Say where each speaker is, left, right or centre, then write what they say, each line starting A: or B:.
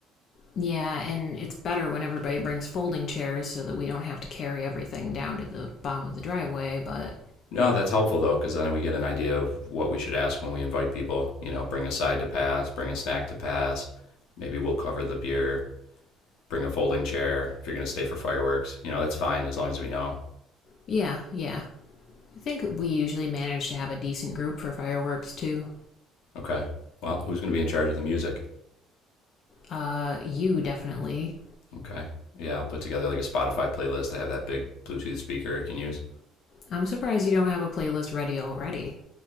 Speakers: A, on the left (about 45°); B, on the left (about 80°).
A: Yeah, and it's better when everybody brings folding chairs so that we don't have to carry everything down to the bottom of the driveway, but
B: no that's helpful though because then we get an idea of what we should ask when we invite people you know bring a side to pass bring a snack to pass maybe we'll cover the beer bring a folding chair if you're going to stay for fireworks you know that's fine as long as we know
A: yeah, yeah. I think we usually manage to have a decent group for fireworks too.
B: okay well who's going to be in charge of the music
A: Uh, you definitely.
B: okay yeah i'll put together like a spotify playlist i have that big bluetooth speaker i can use
A: I'm surprised you don't have a playlist ready already.